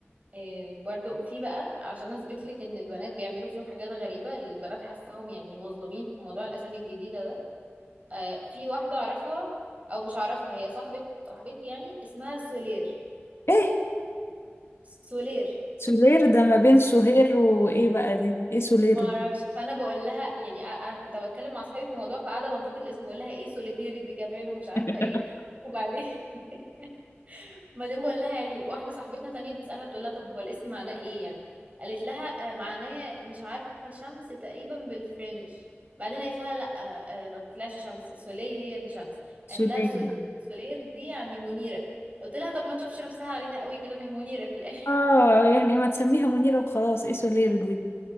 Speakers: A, on the right; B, on the left.
A: إيه برضو في بقى عشان اثبت لك ان البنات بيعملوا فيهم حاجات غريبة البنات حاساهم يعني مظلومين في موضوع الاسامي الجديدة ده آه في واحدة اعرفها او مش اعرفها هي صاحبة صاحبتي يعني اسمها سولير
B: ايه
A: سولير
B: سولير ده ما بين سهير وايه بقى دي ايه سولير
A: ما
B: دي
A: اعرفش فانا بقول لها يعني أ- انا كنت بتكلم مع اصحابي في الموضوع فقاعده بنتقد الاسم بقول لها ايه سوليتيري دي كمان ومش عارفه
B: <laughs>
A: ايه وبعدين <laughs> بعدين بقول لها يعني واحده صاحبتنا تانية بتسالها بتقول لها طب هو الاسم معناه ايه يعني قالت لها آه، معناه مش عارفه شمس تقريبا بالفرنش بعدين قالت لها لا آه، آه، ما تطلعش شمس سولي هي اللي شمس
B: سولير
A: قالت لها سولي- سولير دي يعني منيره قلت لها طب ما تشوفش نفسها علينا قوي كده ما هي منيره في الاخر
B: اه آه، يعني ما تسميها منيرة وخلاص ايه سولير دي